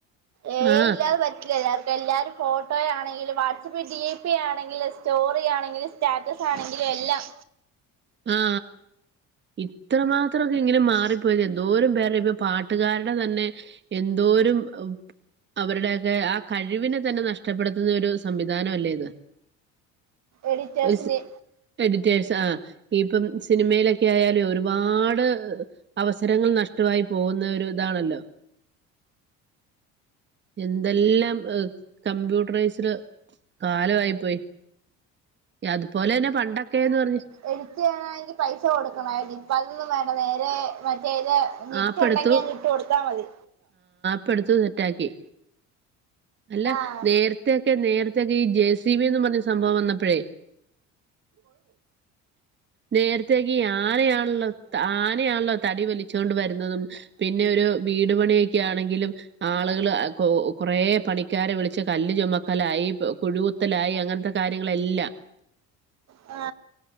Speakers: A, on the right; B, on the right.
A: എ
B: ആഹ്
A: ഐ ഇല്ലാതെ പ- ഇല്ലെ <unintelligible> എല്ലാരും ഫോട്ടോ ആണെങ്കിലും വാട്സപ്പ് ഡി പി ആണെങ്കിലും സ്റ്റോറി ആണെങ്കിലും സ്റ്റാറ്റസാണെങ്കിലും എല്ലാം
B: ആ ഇത്രമാത്രമൊക്കെ എങ്ങനെ മാറി- പൊരെന്തോ <unintelligible> പാട്ടുകാര്ടെ തന്നെ എന്തോരും അവരുടെ ആ കഴിവിനെ തന്നെ നഷ്ടപ്പെടുത്തുന്ന ഒരു സംവിധാനം അല്ലേ ഇത്
A: എഡിറ്റേഴ്സിന്റെ
B: <unintelligible> എഡിറ്റേഴേസ് ആ ഇപ്പം സിനിമയിലൊക്കെ ആയാല് ഒരുപാട് അവസരങ്ങൾ നഷ്ടവായി പോകുന്നൊര്താണല്ലോ എന്തെല്ലാം കമ്പ്യൂട്ടറൈസ്ഡ് കാലവായി പ്പോയി അതുപോലെ തന്നെ പണ്ടൊക്കെന്ന് പറഞ്ഞ
A: എഡിറ്റിയ്യിണങ്കിപൈസ കൊടുക്കണോ <unintelligible> വേണ്ട വേറെ മറ്റേത് നെറ്റ്ട്ടുണ്ടെങ്കി
B: ആപ്പ് എടുത്തു
A: അങ്ങിട്ട് കൊടുത്താ മതി
B: ഇപ്പൊടുത്തൊന്ന് സെറ്റാക്കി അല്ല
A: ആഹ്
B: നേര- ത്തെക്കെ നേരത്തൊക്കെ ഈ ജെ സി ബി എന്ന് പറഞ്ഞ സംഭവം വന്നപ്പഴേ നേരത്തേക്കിയാനയാണല്ലോ താനെയാണല്ലോ തടി വലിച്ചോണ്ട് വരുന്നതും പിന്നെ ഒരു വീടു പണിയൊക്കെ ആണെങ്കിലും ആളുകള് കു കുറേ പണിക്കാരെ വിളിച്ച് കല്ല് ചുമ- ക്കലായി കുഴുകുത്തലായി അങ്ങൻത്തെ കാര്യങ്ങളെല്ലാം
A: ആ